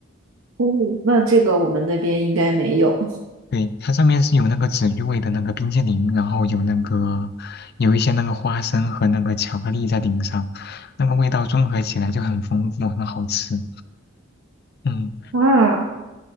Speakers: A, on the right; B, on the left.
A: 哦，那这个我们那边应该没有。
B: 对，它上面是有那个紫玉味的那个冰淇淋，然后有那个有一些那个花生和那个巧克力在顶上，那个味道综合起来就很丰富，很好吃。嗯，
A: 啊，